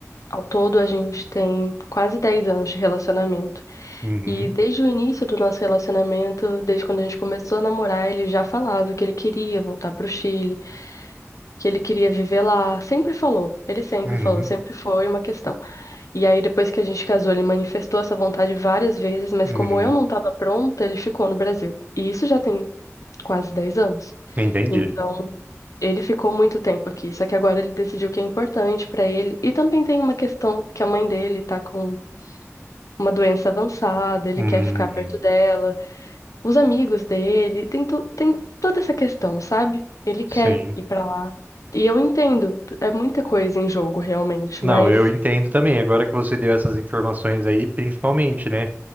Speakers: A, on the left; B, on the right.
A: Ao todo, a gente tem quase 10 anos de relacionamento.
B: Uhum,
A: E desde o início do nosso relacionamento, desde quando a gente começou a namorar, ele já falava que ele queria voltar para o Chile, que ele queria viver lá. Sempre falou, ele sempre
B: uhum,
A: falou, sempre foi uma questão. E aí, depois que a gente casou, ele manifestou essa vontade várias vezes, mas
B: uhum.
A: como eu não estava pronta, ele ficou no Brasil. E isso já tem quase 10 anos.
B: Entendi.
A: Então, ele ficou muito tempo aqui, só que agora ele decidiu que é importante pra ele. E também tem uma questão que a mãe dele tá com uma doença avançada, ele
B: Hum,
A: quer ficar perto dela, os amigos dele, tem, to- tem toda essa questão, sabe? Ele quer
B: sim.
A: ir pra lá. E eu entendo, é muita coisa em jogo realmente,
B: Não,
A: mas
B: eu entendo também. Agora que você deu essas informações aí, principalmente, né?